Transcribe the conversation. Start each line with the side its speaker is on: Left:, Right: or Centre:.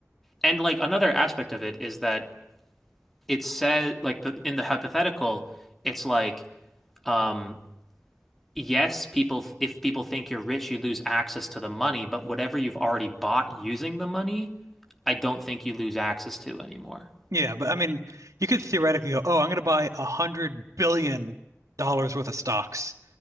Centre: And like another aspect of it is that it says like the, in the hypothetical, it's like um yes, people if people think you're rich, you lose access to the money, but whatever you've already bought using the money, I don't think you lose access to anymore.
Right: Yeah, but I mean, you could theoretically go, "Oh, I'm going to buy a hundred billion dollars worth of stocks,"